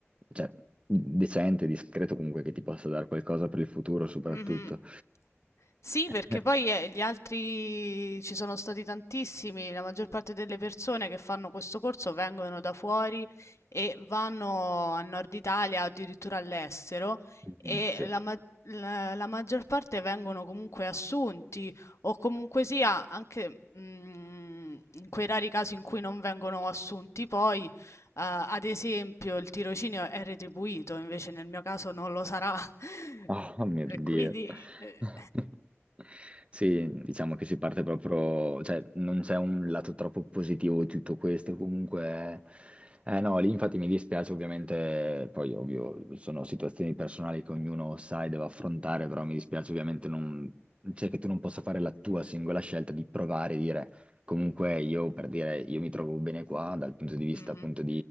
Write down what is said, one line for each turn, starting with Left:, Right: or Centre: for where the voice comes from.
Right: cioè, decente, discreto, comunque che ti possa dare qualcosa per il futuro soprattutto.
Left: Mhm. Sì,
Right: <laughs>
Left: perché poi eh, gli altri ci sono stati tantissimi, la maggior parte delle persone che fanno questo corso vengono da fuori e vanno a Nord Italia, addirittura all'estero,
Right: Mhm,
Left: e
Right: Sì.
Left: la, ma- la- la maggior parte vengono comunque assunti o comunque sia, anche mm, in quei rari casi in cui non vengono assunti, poi eh, ad esempio il tirocinio è retribuito, invece nel mio caso non lo sarà. <laughs>
Right: Oh mio
Left: E
Right: Dio.
Left: quindi...
Right: <laughs>
Left: eh,
Right: Sì, diciamo che si parte proprio, cioè non c'è un lato troppo positivo di tutto questo, comunque, eh no, lì infatti mi dispiace ovviamente, poi ovvio sono situazioni personali che ognuno sa e deve affrontare, però mi dispiace ovviamente non, cioè che tu non possa fare la tua singola scelta di provare e dire comunque io per dire io mi trovo bene qua dal punto di vista
Left: Mh-mh,
Right: appunto